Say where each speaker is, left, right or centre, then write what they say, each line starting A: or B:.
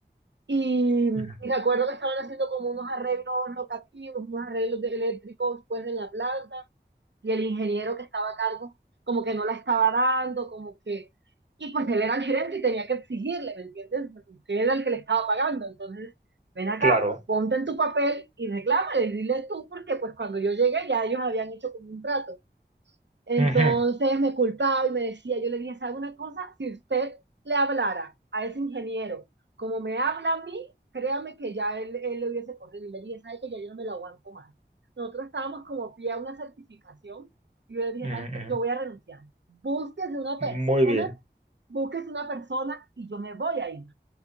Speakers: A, on the right; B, on the right.
A: Y, y
B: ujú.
A: me acuerdo que estaban haciendo como unos arreglos locativos, unos arreglos de eléctricos pues en la planta, y el ingeniero que estaba a cargo como que no la estaba dando, como que... Y pues él era el gerente y tenía que exigirle, ¿me entiendes? Porque era el que le estaba pagando. Entonces, ven acá,
B: Claro.
A: ponte en tu papel y reclámale, dile tú, porque pues cuando yo llegué ya ellos habían hecho como un trato. Entonces
B: Ujú,
A: me culpaba y me decía, yo le dije, ¿sabe una cosa? Si usted le hablara a ese ingeniero como me habla a mí, créame que ya él, él lo hubiese corrido. Y le dije, ¿sabe que ya yo no me lo aguanto más? Nosotros estábamos como pie a una certificación y yo le dije,
B: ujú,
A: ¿sabes qué?
B: ujú.
A: Yo voy a renunciar. Búsquese una
B: Muy
A: persona,
B: bien.
A: búsquese una persona y yo me voy a ir.